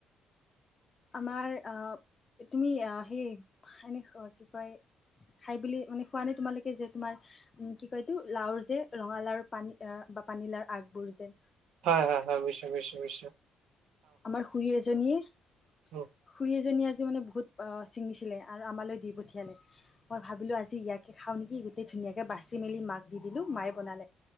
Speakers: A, on the left (about 35°); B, on the right (about 85°).
A: আমাৰ আহ তুমি আহ সেই এনে কি কয়? খাই বুলি মানে খোৱা নে তোমালোকে যে তোমাৰ উম কি কয়তো লাওৰ যে ৰঙা লাওৰ পানী বা পানীলাউৰ আগবোৰ যে
B: হয়, হয়, হয়, নিশ্চয় নিশ্চয় নিশ্চয়।
A: আমাৰ খুৰী এজনীয়ে
B: উ
A: খুৰী এজনী আজি মানে বহুত ছিঙিছিলে আৰু আমালৈ দি পঠিয়ালে মই ভাবিলোঁ আজি ইয়াকে খাওঁ নেকি গোটেই ধুনীয়াকে বাচ চি মেলি মাক দি দিলো মায়ে বনালে